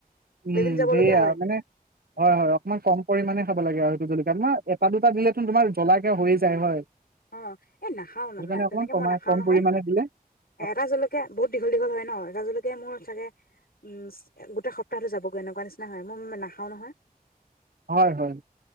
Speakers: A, on the right (about 75°); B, on the left (about 80°).
A: উম্,
B: লেট্ৰিন যাব
A: সেয়া
B: লগীয়া হয়
A: মানে হয়, হয় অকমান কম। পৰিমাণে খাব লাগে অ'সেইটো জলকীয়াটো এটা দুটা দিলেতো তোমাৰ জ্বলাকে হৈয়ে যায় হয়।
B: অ', এই নাখাও ন
A: সেইটো কাৰণে অকণমান
B: তেনেকে
A: কমাই
B: মই নাখাও
A: কম
B: নহয়
A: পৰিমাণে দিলে
B: এ
A: হয়,
B: এটা জলকীয়া বহুত দীঘল দীঘল হয় ন এটা জলকীয়া। মোৰ চাগে উম্ গোটেই সপ্তাহটো যাবগৈ এনেকুৱা নিচিনা হয় মই ইমান নাখাও নহয়।
A: হয়, হয়।